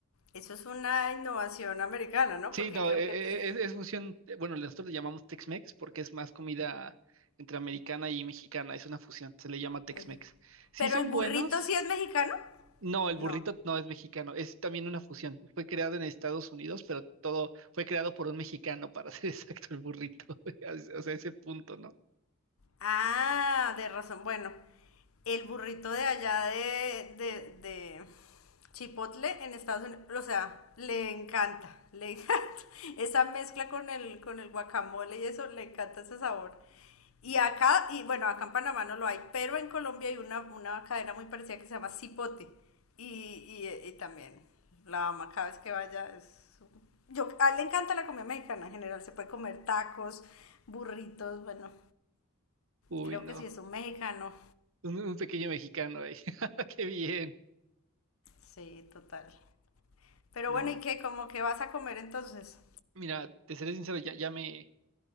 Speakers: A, on the left; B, on the right.
A: eso es una innovación americana, ¿no?
B: Sí,
A: Porque
B: no,
A: creo
B: e- e-
A: que... te-
B: e, es, es fusión, eh, bueno, nosotros le llamamos Tex-Mex porque es más comida entre americana y mexicana, es una fusión, se le llama Tex-Mex.
A: es-
B: Sí
A: Pero
B: son
A: el burrito
B: buenos,
A: sí es mexicano,
B: No, el
A: no.
B: burrito no es mexicano, es también una fusión. Fue creado en Estados Unidos, pero todo fue creado por un mexicano, para ser <laughs> exacto, el burrito. <laughs> O sea, ese punto, ¿no?
A: Ah, de razón. Bueno, el burrito de allá de, de, de Chipotle en Estados Unidos, o sea, le encanta, le <laughs> encanta. Esa mezcla con el, con el guacamole y eso, le encanta ese sabor. Y acá, y bueno, acá en Panamá no lo hay, pero en Colombia hay una, una cadena muy parecida que se llama Cipote. Y, y, y también la ama cada vez que vaya. Es... Yo, a él le encanta la comida mexicana en general, se puede comer tacos, burritos, bueno,
B: Uy,
A: Creo
B: no.
A: que sí es un mexicano.
B: Un, un pequeño mexicano ahí. <laughs> Qué bien.
A: Sí, total. Pero
B: No.
A: bueno, ¿y qué? ¿Cómo que vas a comer entonces?
B: Mira, te seré sincero, ya, ya me,